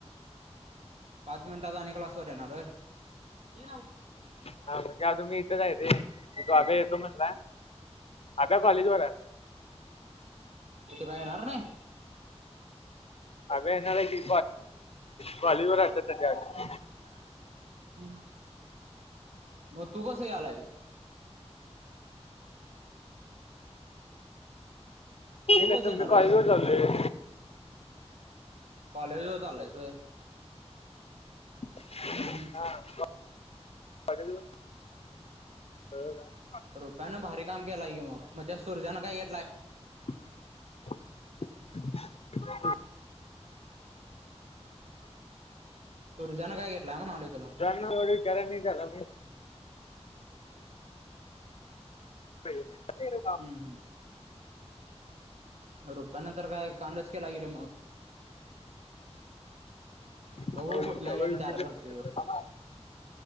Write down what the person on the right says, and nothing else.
पाच मिनिटात आणि क्लासवर येणार ये.
तू काय येणार नाही.
हम्म, मग तू कसकाय आलायेस.
तू
कसं येणार
आहेस?
कॉलेजवर चालायचंय व्हय.
हम्म हम्म रुप्यानं भारी काम केलाय की मग म त्या सूरज्यानं काय घेतलाय
सुरज्यान काय घेतला, म्हणून म्हटले तुला
हम्म रुप्यान तर काय कांडच केला की रे मग
बघू कुठल्या गेम
तयार करतोय
ह्यो